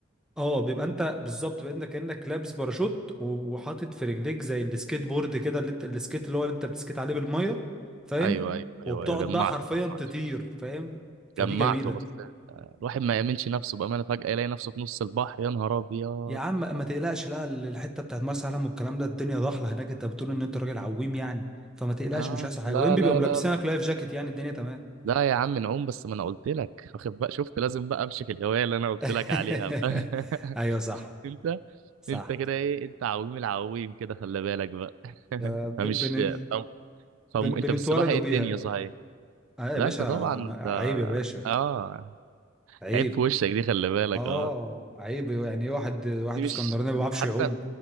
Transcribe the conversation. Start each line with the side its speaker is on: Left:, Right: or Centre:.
Centre: اه بيبقى انت بالظبط بانك كانك لابس باراشوت و- وحاطط في رجليك زي السكيت بورد كده اللي انت السكيت اللي هو اللي انت بتسكيت عليه بالميه فاهم
Right: ايوه ايوه ايوه
Centre: وبتقعد
Right: ايوه جمعته
Centre: بقى حرفيا
Right: جمعته
Centre: تطير فاهم فدي
Right: جمعته
Centre: جميله
Right: بس الواحد ما يامنش نفسه بامانه فجاه يلاقي نفسه في نص البحر يا نهار ابيض
Centre: يا عم ما تقلقش لا ال- الحته بتاعت مرسى علم والكلام ده الدنيا ضحله هناك انت بتقول ان انت راجل عويم يعني فما تقلقش
Right: اه
Centre: مش هيحصل حاجه
Right: لا
Centre: وبعدين بيبقوا
Right: لا
Centre: ملبسينك
Right: لا لا
Centre: لايف جاكيت يعني الدنيا تمام
Right: لا يا عم نعوم بس ما انا قلت لك واخد بقى شفت لازم بقى امشي في الهوايه اللي انا قلت
Centre: <laughs>
Right: لك عليها بقى <laughs>
Centre: ايوه صح
Right: انت
Centre: صح
Right: انت كده ايه انت عويم العويم كده خلي بالك بقى <laughs>
Centre: يا ب-
Right: فمش
Centre: بن
Right: فم... فم...
Centre: بن بنتولدوا
Right: انت في السباحه ايه
Centre: بيها
Right: الدنيا صحيح
Centre: اه يا
Right: لا
Centre: باشا
Right: انت طبعا
Centre: ما-
Right: انت
Centre: عيب يا باشا
Right: اه
Centre: عيب
Right: عيب في وشك دي خلي بالك
Centre: اه
Right: اه
Centre: عيب يعني ايه واحد واحد
Right: دي مش
Centre: اسكندراني
Right: دي
Centre: ما بيعرفش
Right: حتى
Centre: يعوم